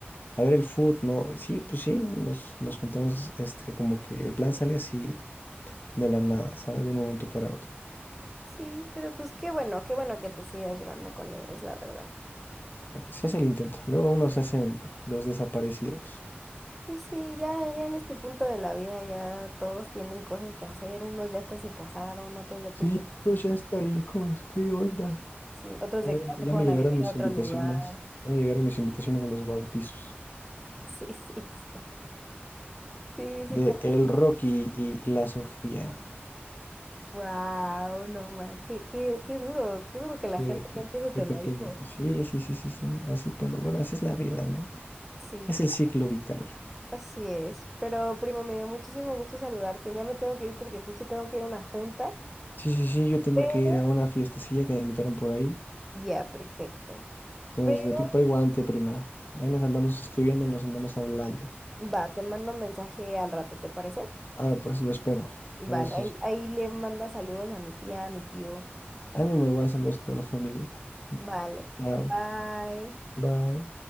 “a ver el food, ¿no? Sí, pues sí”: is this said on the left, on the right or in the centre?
Left